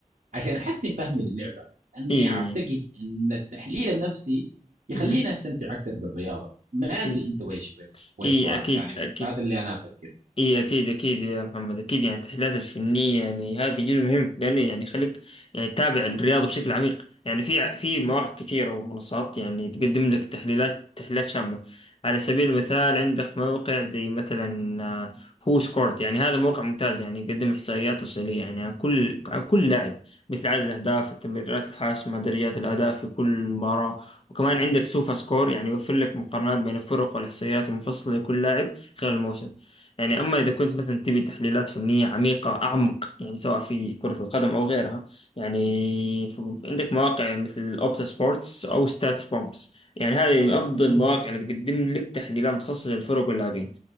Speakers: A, on the right; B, on the left.
A: عشان احسن فهمي للعبه. اني
B: اي
A: اعتقد ان التحليل النفسي يخليني
B: مهم.
A: استمتع اكثر بالرياضه. ما
B: اكيد
A: ادري انت ويش ويش
B: اي
A: رايك؟
B: اكيد
A: يعني بس
B: اكيد
A: هذا اللي انا افكر.
B: اي اكيد اكيد يا محمد اكيد يعني التحليلات الفنيه يعني هذا جزء مهم لانه يعني يخليك يعني تتابع الرياضه بشكل عميق يعني في في مواقع كثيره ومنصات يعني تقدم لك تحليلات تحليلات شامله على سبيل المثال عندك موقع زي مثلا هو سكورت يعني هذا موقع ممتاز يعني يقدم احصائيات تفصيليه يعني عن كل عن كل لاعب مثل عدد الاهداف التمريرات الحاسمه درجات الاداء في كل مباراه وكمان عندك سوفا سكور يعني يوفر لك مقارنات بين الفرق والاحصائيات المفصله لكل لاعب خلال الموسم يعني أما إذا كنت مثلا تبي تحليلات فنية عميقة أعمق يعني سواء في كرة القدم أو غيرها يعني ف- عندك مواقع مثل أوبتا سبورتس أو ستاتس بومبس يعني هذه أفضل مواقع اللي تقدم لك تحليلات متخصصة للفرق واللاعبين